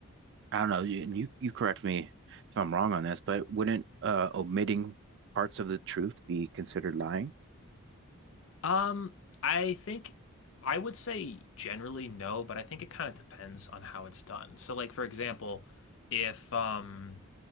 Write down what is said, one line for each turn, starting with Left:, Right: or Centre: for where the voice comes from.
Right: I don't know, you, and you you correct me if I'm wrong on this, but wouldn't uh, omitting parts of the truth be considered lying?
Left: Um, I think I would say generally no, but I think it kind of depends on how it's done. So like for example, if um